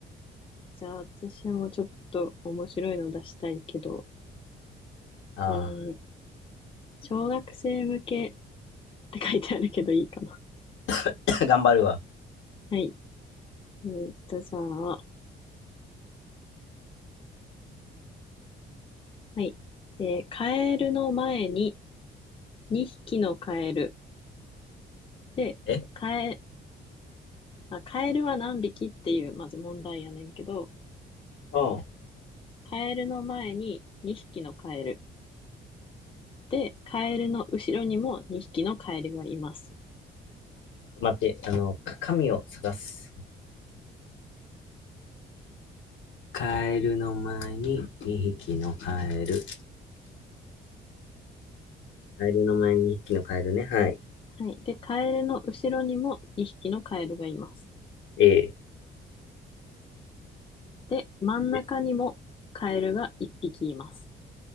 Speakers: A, on the left (about 25°); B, on the left (about 75°).
A: じゃあ私もちょっと面白いの出したいけど、
B: あ
A: えー、小学生向けって書いてあるけどいいかな。
B: あ、<coughs> 頑張るわ。
A: <laughs> はい。えーっと、じゃあ、はい。えー、カエルの前に2匹のカエル。で、
B: え、うん。ち
A: カエ、あ、カエルは何匹っていう、まず問題やねんけど、
B: ょっ
A: カエルの前に2匹のカエル。で、カエルの後ろにも2匹のカエルがいます。
B: と待って、あの、か紙を探す。カエルの前に2匹のカエル。カエルの前に2匹のカエルね。はい。
A: はい。で、カエルの後ろにも2匹のカエルがいます。
B: え
A: で、真ん中にもカエルが1匹います。
B: ー、え